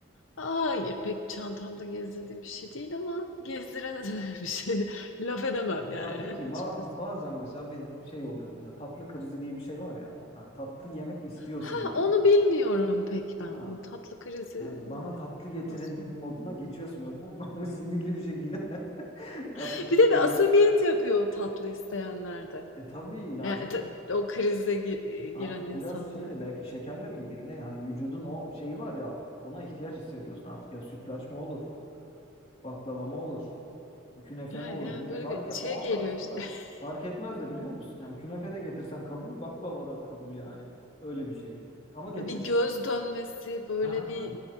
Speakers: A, on the left; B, on the left.
A: Hayır, pek çantamda gezdirdiğim bir şey değil ama gezdirene de <laughs> bir şey laf edemem yani
B: Ya peki
A: açıkçası.
B: ma bazen mesela benim şey oluyor. Mesela tatlı krizi diye bir şey var ya. Ha, tatlı yemek istiyorsun
A: Ha,
B: yani.
A: onu bilmiyorum pek ben.
B: Ha.
A: O tatlı krizini
B: Hani bana tatlı getirin
A: nasıl onu?
B: moduna geçiyorsun böyle tamam mı? <laughs> Sinirli bir şekilde <laughs> tatlı
A: <laughs> Bir
B: istiyorum.
A: de bir asabiyet yapıyor o tatlı isteyenlerde.
B: E tabii yani
A: Yani
B: çünkü
A: ta o krize gi
B: artık
A: giren insanlar
B: biraz şeyle belki şekerle mi ilgili ne? Hani vücudun o şeyi var ya ona ihtiyaç hissediyorsun artık ya sütlaç mı olur? Baklava mı olur? Künefe
A: Ha,
B: mi olur?
A: yani
B: Ne
A: böyle
B: fark
A: bir
B: et,
A: şey
B: o anda
A: geliyor
B: aslında
A: işte. <laughs>
B: fark etmez de biliyor musun? Yani künefe de getirsen kabul, baklava da kabul yani. Öyle bir şey. Ama getir.
A: Bir göz dönmesi, böyle
B: Ha,
A: bir